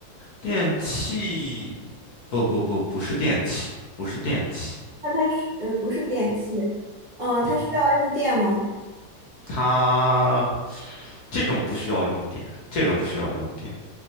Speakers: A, on the left; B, on the right.
A: 电器，不不不，不是电器，不是电器。
B: 那它是呃不是电器，嗯、它需要用电吗？
A: 嗯哼，它这种不需要用电，这个不需要用电，